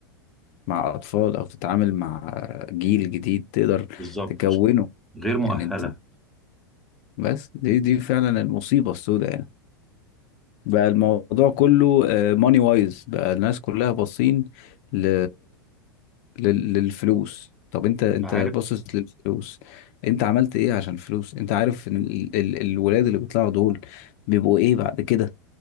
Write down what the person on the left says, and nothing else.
مع اطفال او تتعامل مع جيل جديد تقدر
تكونه
يعني انت بس دي دي فعلا المصيبة السوداء يعني بقى الموضوع كله ماني وايز بقى الناس كلها باصين ل... لل- للفلوس طب انت انت
باصص للفلوس انت عملت ايه عشان الفلوس انت عارف ان ال... ال... الولاد اللي بيطلعوا دول بيبقوا ايه بعد كده